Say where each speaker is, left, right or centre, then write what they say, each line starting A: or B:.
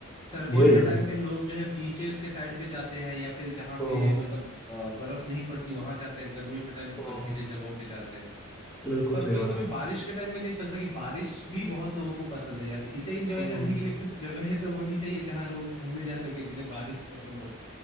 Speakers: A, on the left (about 30°); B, in the centre.
A: सर्दियों
B: वही
A: के
B: ना।
A: टाइम पे लोग जो है बीचेस के साइड पे जाते हैं या फिर जहाँ
B: हुँ,
A: पे मतलब अ, बर्फ नहीं पड़ती वहां जाते हैं गर्मियों के टाइम पे
B: हुँ।
A: बर्फीले जगहों पे जाते हैं
B: बिल्कुल
A: पर
B: सही
A: कोई
B: बात
A: कभी
B: है।
A: बारिश के टाइम में नहीं सोचता कि बारिश भी बहुत लोगों को पसंद है यार तो इसे एंजॉय
B: हुँ।
A: करने के लिए कुछ जगहें तो होनी चाहिए जहाँ लोग घूमने जा सके जिन्हें बारिश पसंद हो